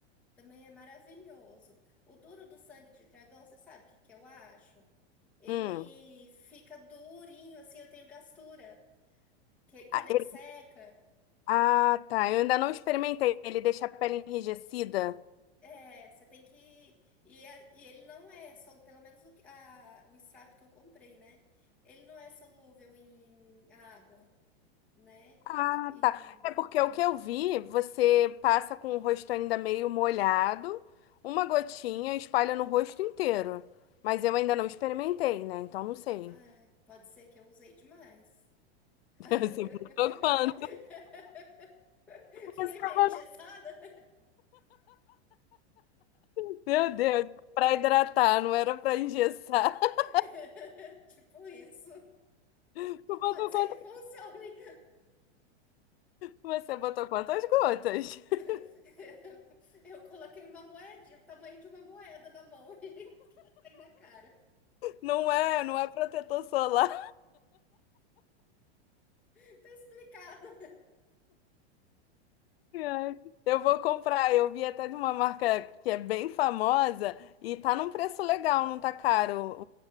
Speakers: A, in the centre; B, on the left.
A: Também é maravilhoso. O duro do sangue de dragão, você sabe o que que eu acho? Ele
B: Hum.
A: fica durinho, assim, eu tenho gastura. Que quando
B: Ah,
A: ele
B: ele-
A: seca.
B: ah, tá. Eu ainda não experimentei. Ele deixa a pele enrijecida.
A: É, você tem que. E, é- e ele não é solúvel, pelo menos o, que- a, o extrato que eu comprei, né? Ele não é solúvel em água, né?
B: Ah,
A: E.
B: tá. É porque o que eu vi, você passa com o rosto ainda meio molhado, uma gotinha e espalha no rosto inteiro. Mas eu ainda não experimentei, né? Então não sei.
A: Ai, pode ser que eu usei demais. <laughs>
B: <laughs> Você botou quanto?
A: Fiquei
B: Você
A: meio
B: botou-
A: engessada.
B: <laughs> Meu Deus, pra hidratar, não era pra engessar. <laughs>
A: <laughs> Tipo isso.
B: Tu botou
A: Pode ser
B: quanto?
A: que funcione.
B: Você botou quantas gotas? <laughs>
A: <laughs> Eu coloquei uma moedinha, o tamanho de uma moeda na mão <laughs> e saí na cara.
B: Não é, não é protetor solar.
A: Tá explicado.
B: Ai, Eu vou comprar. Eu vi até de uma marca que é bem famosa e tá num preço legal, não tá caro